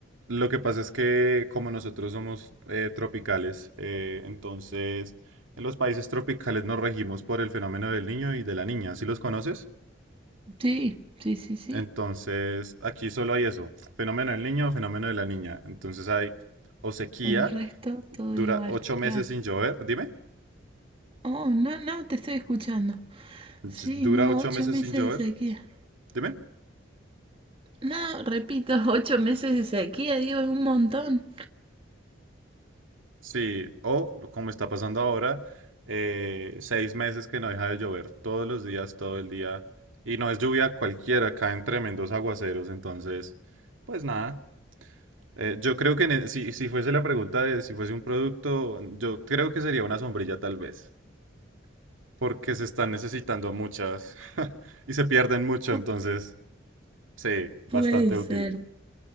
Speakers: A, on the right; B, on the right.
A: Lo que pasa es que como nosotros somos eh, tropicales, eh, entonces en los países tropicales nos regimos por el fenómeno del niño y de la niña, ¿sí los conoces?
B: Sí, sí, sí, sí.
A: Entonces aquí solo hay eso, fenómeno del niño o fenómeno de la niña. Entonces hay o sequía,
B: El resto todo
A: dura
B: igual,
A: ocho meses
B: claro.
A: sin llover, dime,
B: Oh, no, no, te estoy escuchando.
A: ll-
B: Sí,
A: dura
B: no,
A: ocho
B: ocho
A: meses
B: meses
A: sin llover,
B: de sequía.
A: dime.
B: No, repito, <laughs> ocho meses de sequía, digo, es un montón.
A: Sí, o como está pasando ahora, eh, seis meses que no deja de llover todos los días, todo el día, y no es lluvia cualquiera, caen tremendos aguaceros, entonces, pues nada, eh, yo creo que ne- si, si fuese la pregunta de si fuese un producto, yo creo que sería una sombrilla tal vez, porque se están necesitando muchas <laughs> y se pierden mucho,
B: Pu-
A: entonces, sí, bastante
B: puede ser.
A: útil.